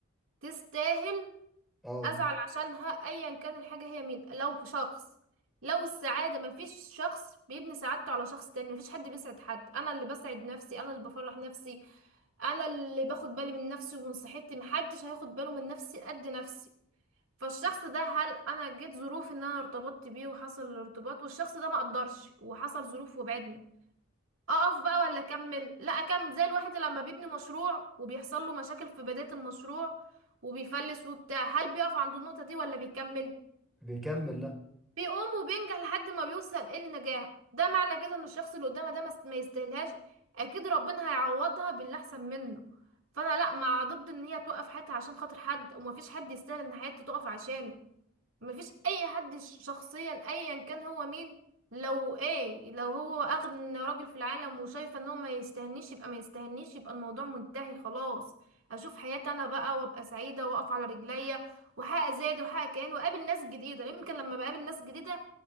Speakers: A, on the right; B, in the centre.
A: تستاهل
B: اه
A: ازعل عشانها ايا كان الحاجه هي مين لو شخص لو السعاده مفيش شخص بيبني سعادته على شخص تاني مفيش حد بيسعد حد انا اللي بسعد نفسي انا اللي بفرح نفسي انا اللي باخد بالي من نفسي ومن صحتي محدش هياخد باله من نفسي قد نفسي فالشخص ده هل انا جيت ظروف ان انا ارتبطت بيه وحصل الارتباط والشخص ده ما قدرش وحصل ظروف وبعدنا اقف بقى ولا اكمل لا اكمل زي الواحد لما بيبني مشروع وبيحصل له مشاكل في بداية المشروع وبيفلس وبتاع هل بيقف عند النقطة دي ولا بيكمل
B: بيكمل لا
A: بيقوم وبينجح لحد ما بيوصل ايه للنجاح ده معنى كده ان الشخص اللي قدامه ده ما است- ما يستاهلهاش اكيد ربنا هيعوضها باللي احسن منه فانا لا مع ضد ان هي توقف حياتها عشان خاطر حد ومفيش حد يستاهل ان حياته تقف عشانه مفيش اي حد ش- شخصيا ايا كان هو مين لو ايه لو هو اغنى راجل في العالم وشايفه ان هو ما يستهنيش يبقى ما يستهنيش يبقى الموضوع منتهي خلاص اشوف حياتي انا بقى وابقى سعيده واقف على رجليا وحقق زاد وحقق كيان واقابل ناس جديده يمكن لما بقابل ناس جديده